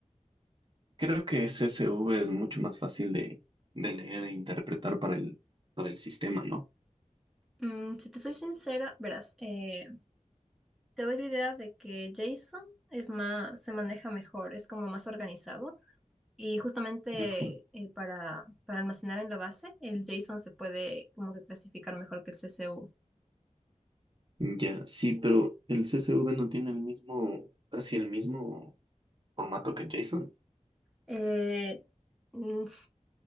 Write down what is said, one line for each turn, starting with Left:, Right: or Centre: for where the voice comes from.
Right: Creo que CSV es mucho más fácil de, de leer e interpretar para el, para el sistema, ¿no?
Centre: Mm, si te soy sincera, verás, eh, te doy la idea de que JSON es más, se maneja mejor, es como más organizado y justamente
Right: Ajá.
Centre: eh, para, para almacenar en la base, el JSON se puede como que clasificar mejor que el CSV.
Right: Ya, sí, pero el CSV no tiene el mismo, casi el mismo formato que JSON.
Centre: Eh, mm,